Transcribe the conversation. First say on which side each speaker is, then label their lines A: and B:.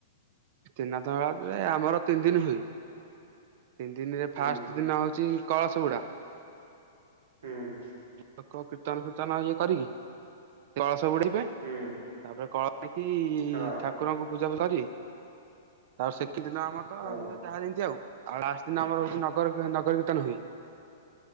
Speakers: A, on the right; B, on the right.
A: ତ୍ରିନାଥ ମେଳା ଯେ ଆମର ତିନି ଦିନ ହୁଏ। ତିନି ଦିନିରେ
B: ହୁଁ
A: ଫାଷ୍ଟ ଦିନ ହଉଚି କଳସ ବୁଡା।
B: ହୁଁ।
A: ଲୋକ କୀର୍ତ୍ତନ ଫୀର୍ତ୍ତନ ଇଏ କରିକି ଗଣେସ ବୁଡେ଼ଇବା। ତାପରେ
B: ହୁଁ
A: କଳ ନେଇକି
B: ହଁ
A: ଠାକୁରଙ୍କୁ ପୂଜା କରି ଆଉ ସେଖି ଦିନ ଆମର ତ
B: ହଁ
A: ହୁଏ ଯାହା ଯେମିତି ଆଉ। ଆଉ ଲାଷ୍ଟ ଦିନ ଆମର ହେଉଛି ନଗର କୀର୍ତ୍ତନ ହୁଏ